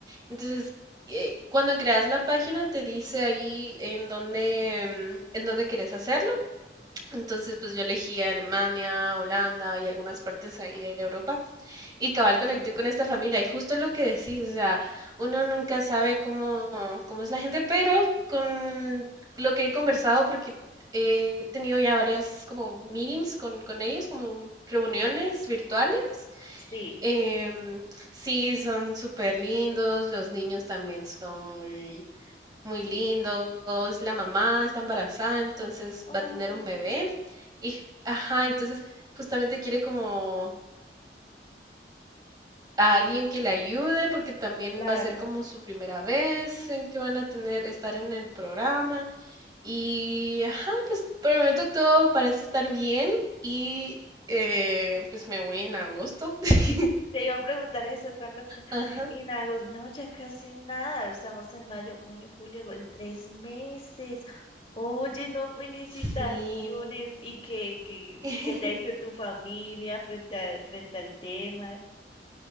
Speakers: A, on the right; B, on the left.
A: Entonces, eh, cuando creas la página te dice ahí en dónde, mm, en dónde querés hacerlo. Entonces, pues yo elegí Alemania, Holanda y algunas partes ahí de Europa. Y cabal conecté
B: sí,
A: con esta familia, y justo lo que decís, o sea, uno nunca sabe cómo, cómo es la gente, pero con lo que he conversado, porque he tenido ya varias como meetings con, con ellos, como reuniones virtuales,
B: sí.
A: em, sí, son súper lindos, los niños también son muy, muy lindos, la mamá está embarazada, entonces
B: Oh,
A: va a tener un bebé, y, ajá, entonces justamente quiere como a alguien que le ayude, porque también
B: claro.
A: va a ser como su primera vez en que van a tener, estar en el programa. Y ajá, pues por el momento todo parece estar bien y eh, pues me voy en agosto. <laughs>
B: Te iba a preguntar eso cuando te... <gasps>
A: Ajá,
B: Y en agosto, no, ya casi nada. Estamos en mayo, junio, julio, agosto, en tres meses. Oye, no, felicitaciones.
A: sí.
B: ¿Y qué, qué,
A: <laughs>
B: qué te ha dicho tu familia frente a- frente al tema?